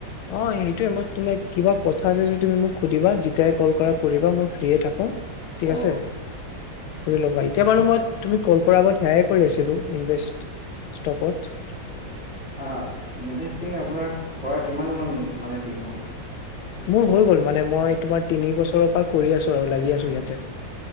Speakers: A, on the left; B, in the centre.
A: অ' সেইটোয়ে মই তুমাৰ কিবা কথা আছে যদি তুমি মোক সুধিবা যেতিযায় কল কৰা কৰিবা মই ফ্ৰীয়ে থাকো। ঠিক
B: অ
A: আছে। কৰি ল'বা এতিয়া বাৰু মই তুমি কল কৰাৰ আগত সেয়ে কৰি আছিলো। ইনভেষ্ট ষ্টকত এক <inaudible>
B: আহ ইনভেষ্টিং আপোনাৰ কৰা কিমানামান মানে দিন হ'ল।
A: মোৰ হৈ গ'ল মানে মই। তোমাৰ তিনি বছৰৰ পৰা কৰি আছো আৰু লাগি আছো ইয়াতে।